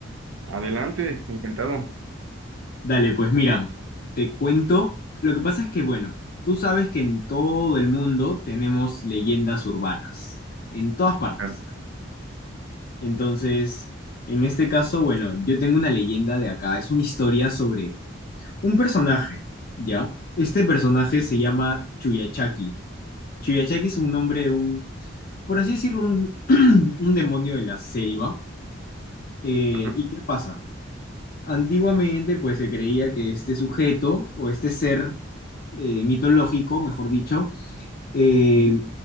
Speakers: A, on the right; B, on the left.
A: Adelante, encantado.
B: Dale, pues mira,
A: Sí,
B: te cuento. Lo que pasa es que, bueno, tú sabes que en todo el mundo tenemos leyendas urbanas, en todas partes.
A: claro.
B: Entonces, en este caso, bueno, yo tengo una leyenda de acá. Es una historia sobre un personaje, ¿ya? Este personaje se llama Chuyachaki. Chuyachaki es un nombre de un, por así decirlo, un, <clears throat> un demonio de la selva. Eh,
A: Ajá.
B: ¿y qué pasa? Antiguamente, pues se creía que este sujeto o este ser eh, mitológico, mejor dicho, eh,
A: ujú,